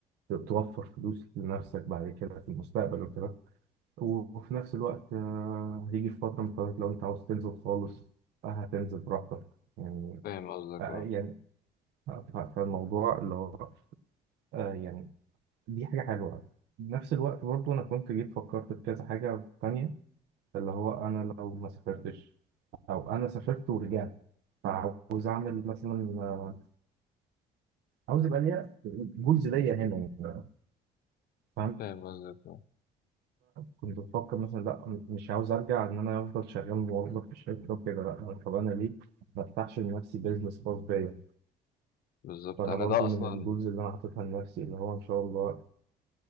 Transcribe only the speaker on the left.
فاهم قصدك
اه
فاهم قصدك اه
بالظبط
انا
ده اصلا